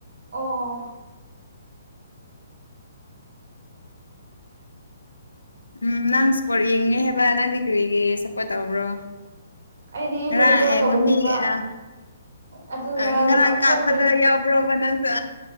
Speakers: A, on the right (about 60°); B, on the left (about 80°).
A: ꯑꯣ
B: ꯎꯝ ꯅꯪ ꯁ꯭ꯄꯣꯔꯠ ꯌꯦꯡꯉꯦ ꯍꯥꯏꯕ ꯅꯪꯗꯤ ꯀꯔꯤꯒꯤ ꯁꯞꯄꯣꯔꯠ ꯇꯧꯕ꯭ꯔꯣ
A: ꯑꯩꯗꯤ
B: ꯉꯥꯔꯥꯡ
A: ꯄꯣꯔꯇꯨꯒꯜ
B: ꯑꯦ
A: ꯇꯧꯕꯅꯦꯕ
B: ꯃꯤ ꯑꯥ
A: ꯑꯗꯨ
B: ꯑꯥ
A: ꯉꯔꯥꯡꯗꯣ
B: ꯉꯔꯥꯡ
A: ꯀꯞꯊꯣꯛꯈ꯭ꯔꯦ
B: ꯀꯥꯄꯗ ꯌꯥꯎꯕ꯭ꯔꯣꯕ ꯅꯪꯁꯨ